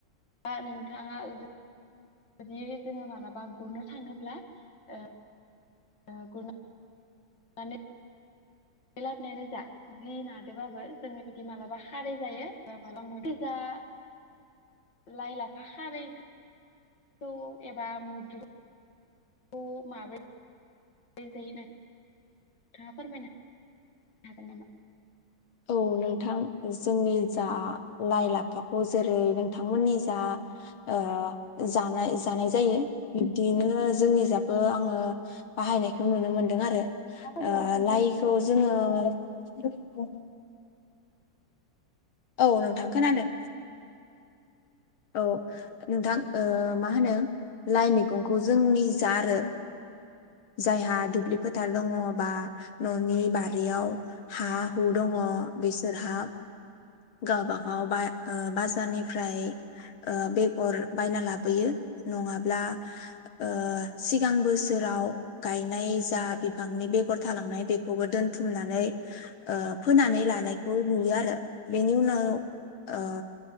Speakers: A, on the left; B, on the left.
A: दा नोंथाङा जुदि जोङो मालाबा गुरनो थाङोब्ला ओ ओ गुरना माने लाबनायानो जा जि नादों बाबो जोङो बिदि मालाबा खारै जायो <unintelligible> लाइ लाफा खारै खौ एबा मैद्रु खौ माबाय दि जायो नोंथांआ फोरमायना हागोन नामा?
B: औ नोंथां जोंनि जा लाइ लाफाखौ जेरै नोंथांमोननि जा ओ जानाय जानाय जायो बिब्दिनो जोंनि जाबबो आङो बाहायनायखौ नुनो मोनो आरो
A: खोनादोंना
B: ओ
A: आं
B: लाइखौ
A: बुंनायखौ
B: जोङो द औ नोंथां खोनादों। औ नोंथां ओ मा होनो लाइ मैगंखौ जोंनि जा आरो जायहा दुब्लि फोथार दङ बा ननि बारियाव हा हु दङ बिसोरहा गावबागाव बा ओ बाजारनिफ्राय। ओ बेगर बायना लाबोयो नङाब्ला ओ सि गां बोसोराव गायनाय। जा बिफांनि बेगर थालांनाय बेखौबो दोनथुमनानै ओ फोनानै लानायखौ नुयो आरो बेनि उनाव ओ